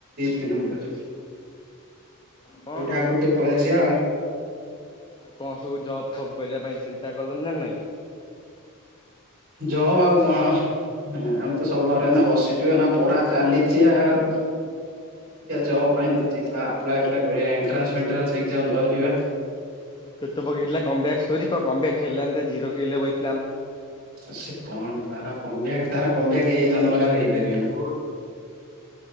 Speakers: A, on the right; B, on the left.
A: <unintelligible>
B: ହଁ
A: ଏଇଟା ଆଗରୁ
B: ଆଉ
A: ଟିକେ
B: କଣ
A: ପଳେଇ ଆସିବା ଆଉ
B: ଆଉ କଣ ସବୁ ଜବ୍ ଫବ୍ କରିବା ପାଇଁ ଚିନ୍ତା କଲଣି ନା ନାଇଁ?
A: ଯବ୍ ଆଉ କଣ ଆମେ ତ ସବୁ ଘରେ ଏଇନା ବସିଛୁ ଏଇନା ପଢା ଚାଲିଛି ଆଉ
B: <inaudible>
A: ଜବ ପାଇଁ ତ ଯିବା ଆପ୍ଲାଏ ଫାପ୍ଲାୟେ କରିବା ଏନ୍ତ୍ରାନ୍ସ ଫେନ୍ତ୍ରାଂଶ ଏକ୍ସାମ ଦବାକୁ ଯିବା।
B: ଟୁଟୁ ପକେଇଥିଲା come back story come come back ଟା ହେଲାନି ତା ଜିରୋ କିଲ୍ ରେ ବସିଥିଲା।
A: ଆ ସେ କଣ ତାର? କମବେକ ତାର କମ୍ ବେକ ଏଇ ଜନ୍ମରେ ହେଇପାରିବନି।